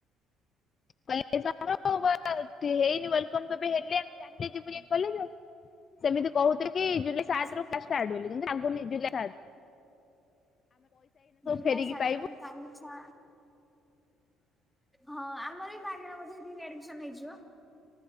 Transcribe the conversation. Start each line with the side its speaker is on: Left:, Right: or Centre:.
Left: କହିଲେ ସ ହେଇନି ୱଲକମ କେବେ ହେଲେ ଆମେ ଜାଣିଲେ ଯିବୁ ଯାଇ କଲେଜ ଆଉ ସେମିତି କହୁଥିଲେ କି ଜୁଲାଇ
Centre: ହଁ
Left: ସାତରୁ
Centre: ସେ
Left: କ୍ଲାସ ଷ୍ଟାର୍ଟ ବୋଲି କିନ୍ତୁ ଲାଗୁନି ଜୁଲାଇ ସା
Centre: ଜୁଲାଇ
Left: ଫେରିକି
Centre: ସାତ
Left: ପାଇବୁ।
Centre: ମାନେ କାଲି ଛ ହଁ ଆମର ବି ମାଗେଣା ବୋଧେ ରିଆଡମିସନ ହେଇଯିବ?